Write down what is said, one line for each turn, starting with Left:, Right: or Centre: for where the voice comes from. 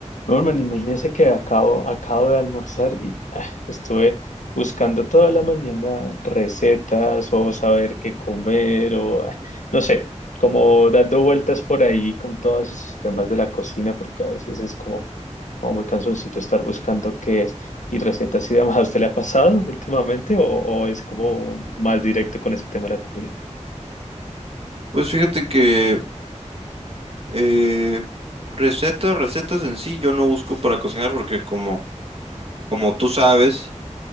Left: Norman, imagínese que acabo, acabo de almorzar y ah, estuve buscando toda la mañana recetas o saber qué comer o ah, no sé, como dando vueltas por ahí con todos esos temas de la cocina porque a veces es como, como muy cansoncito estar buscando qué es y recetas y demás. ¿A usted le ha pasado últimamente o, o es como más directo con ese tema de la comida?
Right: Pues fíjate que eh, recetas, recetas en sí, yo no busco para cocinar porque como, como tú sabes,